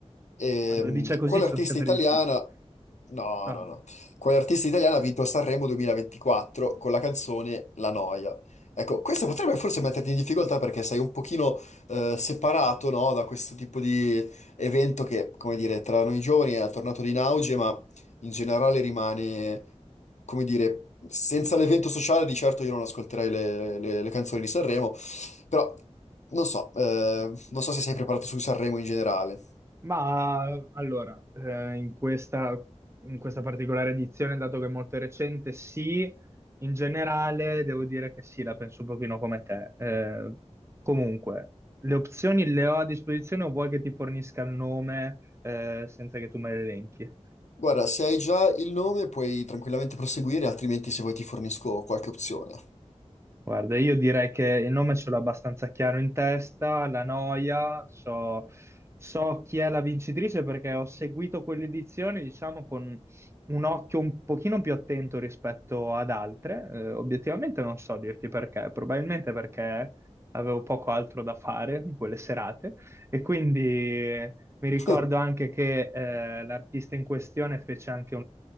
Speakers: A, on the left; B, on the right.
A: Ehm,
B: quando dice così
A: quale
B: sono
A: artista
B: sempre
A: italiana?
B: difficili.
A: No,
B: Ah.
A: no, no. Quale artista italiana ha vinto Sanremo 2024 con la canzone La Noia? Ecco, questo potrebbe forse metterti in difficoltà perché sei un pochino eh, separato, no, da questo tipo di evento che, come dire, tra noi giovani è tornato in auge, in generale rimane, come dire, senza l'evento sociale di certo io non ascolterei le, le- le canzoni di Sanremo, però non so, eh, non so se sei preparato su Sanremo in generale.
B: Ma allora, eh, in questa, in questa particolare edizione, dato che è molto recente, sì, in generale devo dire che sì, la penso un pochino come te. Eh, comunque, le opzioni le ho a disposizione o vuoi che ti fornisca il nome, eh, senza che tu me le elenchi?
A: Guarda, se hai già il nome puoi tranquillamente proseguire, altrimenti se vuoi ti fornisco qualche opzione.
B: Guarda, io direi che il nome ce l'ho abbastanza chiaro in testa, la noia, so, so chi è la vincitrice perché ho seguito quell'edizione, diciamo, con un occhio un pochino più attento rispetto ad altre. Eh, obiettivamente non so dirti perché, probabilmente perché avevo poco altro da fare in quelle serate e quindi eh, mi ricordo
A: <laughs>
B: anche che eh, l'artista in questione fece anche